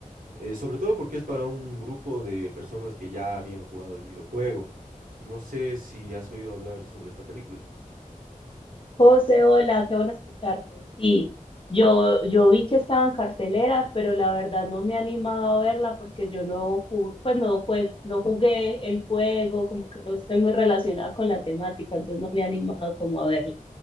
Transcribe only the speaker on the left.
José, hola, qué bueno escucharte. Sí, yo, yo vi que estaba en cartelera, pero la verdad no me he animado a verla porque yo no jugué, pues no jue- no jugué el juego, como que no estoy muy relacionada con la temática, entonces no me he animado como a verla.